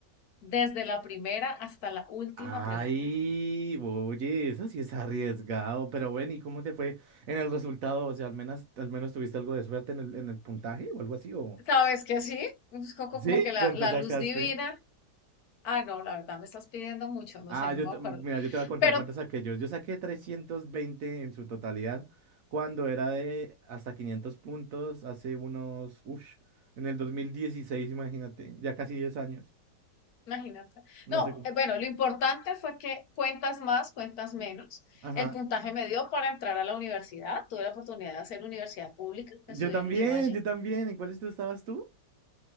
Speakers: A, on the left; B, on the right.
A: desde la primera hasta la última
B: Ay,
A: pregunta.
B: oye, eso sí es arriesgado, pero bueno, ¿y cómo te fue en el resultado? O sea, al menos, al menos tuviste algo de suerte en el, en el puntaje o algo así, ¿o
A: ¿Sabes que sí? Es como
B: sí?
A: como que la,
B: ¿Cuánto
A: la
B: sacaste?
A: luz divina. Ah, no, la verdad me estás pidiendo mucho, no
B: Ah,
A: sé,
B: yo
A: no me
B: te,
A: acuerdo.
B: mm, mira, yo te voy a contar
A: Pero
B: cuántas saqué yo. Yo saqué 320 en su totalidad cuando era de hasta 500 puntos hace unos, uff, en el 2016. imagínate, ya casi 10 años.
A: Imagínate.
B: No
A: No,
B: sé cómo.
A: eh, bueno, lo importante fue que cuentas más, cuentas menos.
B: Ajá.
A: El puntaje me dio para entrar a la universidad. Tuve la oportunidad de hacer universidad pública.
B: Yo
A: Estudié
B: también,
A: en Univalle.
B: yo también. ¿En cuáles tú estabas tú?